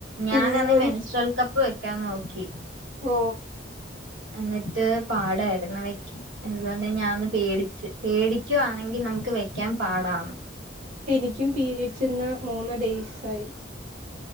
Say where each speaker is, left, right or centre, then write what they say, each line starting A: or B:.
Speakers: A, on the right (about 75°); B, on the right (about 45°).
A: ഞാൻഅന്നേ
B: പിന്നെ ഒരു
A: മെൻസ്ട്രാൽ കപ്പ് വെ ക്കാ നോക്കി
B: ഓ
A: എന്നിട്ട് പാടായിര്ന്നു വെക്കൻ അതുകൊണ്ട് ഞാനൊന്ന് പേടിച്ച് പേടിക്കുവാണെങ്കിൽ നമുക്ക് വെക്കാൻ പാടാന്ന്
B: എനിക്കും പീരിയഡ്സ് ഇന്ന് മൂന്ന് ഡേയ്സ് ആയി